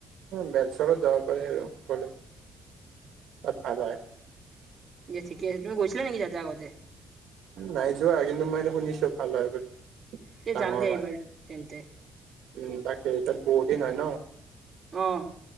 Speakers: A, on the right; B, on the right.
A: বেলচৰত যাব পাৰাৰে আৰু গলে। অ ভাল হয়ায়।
B: যে ঠিক আছে তুম গৈছিলা নেকি যাতে আগতে।
A: নাই যোৱা কিন্তু মই এনে শুনিছো ভাল হয় বুলি।
B: তে
A: ডাঙৰ
B: যাম দিয়া
A: হয়
B: এইবাৰ তেন্তে
A: উম তাকে এ তাত বহুত দিন হয় ন।
B: আহ।